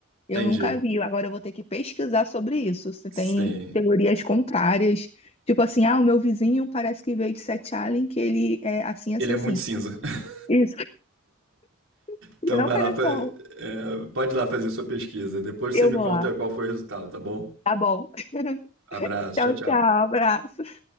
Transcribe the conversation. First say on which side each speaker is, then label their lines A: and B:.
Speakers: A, on the right; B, on the left.
A: entendi.
B: Eu nunca vi. Agora eu vou ter que pesquisar sobre isso. Se
A: Sim.
B: tem teorias contrárias. Tipo assim, ah, o meu vizinho parece que veio de Sete Além, que ele é assim, assim,
A: Ele é
B: assim.
A: muito cinza. <laughs>
B: Isso, <laughs>
A: Então
B: não
A: vai
B: pega
A: lá, fa-
B: sol.
A: é, pode ir lá fazer sua pesquisa. Depois
B: Eu
A: você me
B: vou
A: conta
B: lá.
A: qual foi o resultado, tá bom?
B: Tá bom. <laughs>
A: Abraço,
B: Tchau,
A: tchau, tchau.
B: tchau. Abraço.